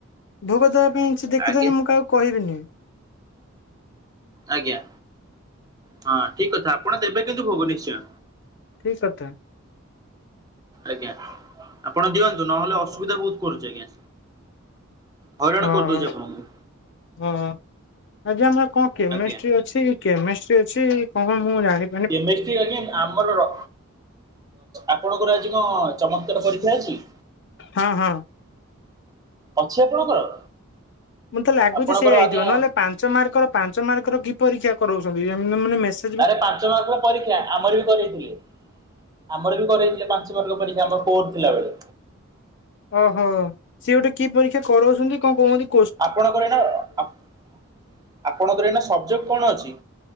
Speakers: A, on the left; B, on the right.
A: ଭୋଗ ଦେବା ପାଇଁ ସେ ଦେଖି
B: ଆଜ୍ଞା
A: ଦୋଉନି ମୁଁ କାହାକୁ କହିବିନି।
B: ଆଜ୍ଞା ହଁ ଠିକ କଥା ଆପଣ ଦେବେ କିନ୍ତୁ ଭୋଗ ନିଶ୍ଚୟ।
A: ଠିକ କଥା।
B: ଆଜ୍ଞା ଆପଣ ଦିଅନ୍ତୁ ନହେଲେ ଅସୁବିଧା ବହୁତ କରୁଛି ଆଜ୍ଞା। ହଇରାଣ
A: ଓ
B: କରିଦଉଛି
A: ହୋ
B: ଆପଣଙ୍କୁ
A: ଓ ଆଜି ଆମର କଣ କେମିଷ୍ଟ୍ରି
B: ଆଜ୍ଞା
A: ଅଛି। ସେ ଅଛି କେମିଷ୍ଟ୍ରି ଅଛି କଣ ମୁଁ ଜାଣି
B: କେମିଷ୍ଟି ଆଜ୍ଞା ଆମର ର ଆପଣଙ୍କର ଆଜି କଣ ଚମତ୍କାର ପରୀକ୍ଷା ଅଛି?
A: ହଁ ହଁ।
B: ଅଛି ଆପଣଙ୍କର।
A: ମତେ ଲାଗୁଛି
B: ଆପଣଙ୍କର
A: ସେଇଆ ହେଇଥିବ
B: ଆଜ୍ଞା
A: ନହେଲେ ପାଞ୍ଚ ମାର୍କର ପାଞ୍ଚ ମାର୍କର କି ପରୀକ୍ଷା କରାଉଛନ୍ତି ଏ ଏମିତି ମାନେ ମେଶି
B: ଆରେ ପାଞ୍ଚ ମାର୍କର ପରୀକ୍ଷା ଆମର ବି କରଇଥିଲେ ଆମର ବି କରଇଥିଲେ ପାଞ୍ଚ ବାର୍ଗ ପରୀକ୍ଷା ଆମର ଫୋର ଥିଲାବେଳେ।
A: ଓହୋ ସିଏ ଗୋଟେ କି ପରୀକ୍ଷା କରାଉଛନ୍ତି କଣ କୁହନ୍ତି।
B: ଆପଣଙ୍କର ଏଇନା ଆପଣଙ୍କର ଏଇନା ସବଜେକ୍ଟ କଣ ଅଛି?